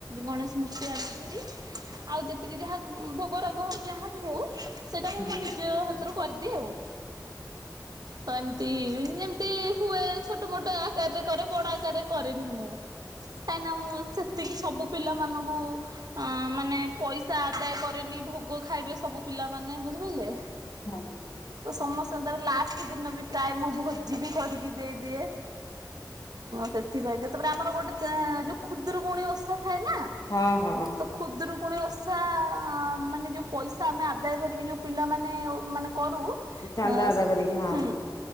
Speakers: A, on the right (about 60°); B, on the left (about 55°).
A: ଗଣେଶ ମୂର୍ତ୍ତି ଆଣନ୍ତି ହେରି। ଆଉ ଯେତିକି ଯାହା ଭୋଗରାଗ ହଉ ଯାହାବ ହଉ ସେଇଟା
B: ହୁଁ
A: ମୁଁ ମୋ ନିଜ ହାତରୁ କରିଦିଏ ଆଉ। ତ ଏମିତି ଯେମତି ହୁଏ ଛୋଟ ମୋଟ ଆକାରରେ କରେ ବଡ ଆକାରରେ କରେନି ମୁଁ। କାହିଁକିନା ମୁଁ ସେତିକି ସବୁ ପିଲାମାନଙ୍କୁ ଆ ମାନେ ପଇସା ଆଦାୟ କରେନି ଭୋଗ ଖାଇବେ ସବୁ ପିଲାମାନେ ବୁଝିପାରିଲେ
B: ହଁ
A: ତ ସମସ୍ତେଙ୍କୁ ତା ଲାଷ୍ଟ ଦିନ ବି ପ୍ରାୟ ମୁଁ ଭୋଜି ବି କରିକି ଦେଇଦିଏ ସେଥିପାଇଁ କେତେପ ଆମର ଗୋଟେ ଯୋଉ ଖୁଦୁରୁକୁଣୀ ଓଷା ଥାଏ ନା
B: ହଁ ହଁ
A: ତ ଖୁଦୁରୁକୁଣୀ ଓଷା ପଇସା ମାନେ ଯେଉଁ ପଇସା ଆମେ ଆଦାୟ କରିକି ଯେଉଁ ପିଲାମାନେ ମାନେ କରୁ
B: ଚାନ୍ଦା
A: ଅ
B: ଆଦା କରିକି ହଁ
A: ହୁଁ